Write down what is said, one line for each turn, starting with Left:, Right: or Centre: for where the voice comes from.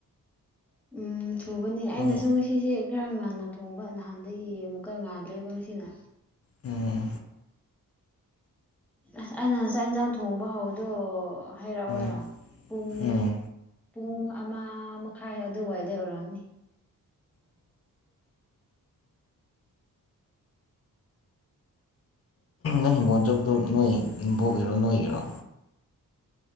Centre: ꯎꯝ ꯊꯨꯕꯅꯦ ꯑꯩꯅꯁꯨ
Left: ꯄꯨꯡ
Centre: ꯉꯁꯤꯁꯦ ꯈꯔ ꯉꯟꯅ ꯊꯣꯡꯕ ꯅꯍꯥꯟꯗꯒꯤ ꯑꯃꯨꯛꯀ ꯉꯥ ꯂꯩꯕ ꯉꯁꯤꯅ
Left: ꯎꯝ
Centre: ꯑꯁ ꯑꯩꯅ ꯆꯥꯛ ꯌꯦꯟꯁꯥꯡ ꯊꯣꯡꯕ ꯍꯧꯕꯗꯣ ꯍꯥꯏꯔꯛꯎꯔꯥ
Left: ꯎꯝ
Centre: ꯄꯨꯡ
Left: ꯎꯝ
Centre: ꯄꯨꯡ ꯑꯃ ꯃꯈꯥꯏ ꯑꯗꯨꯋꯥꯏꯗꯩ ꯑꯣꯏꯔꯑꯝꯅꯤ
Left: ꯅꯪ ꯍꯤꯡꯒꯣꯜ ꯆꯠꯄꯗꯣ ꯅꯣꯏ ꯏꯕꯦꯛꯀꯤꯔꯣ ꯅꯣꯏꯒꯤꯔꯣ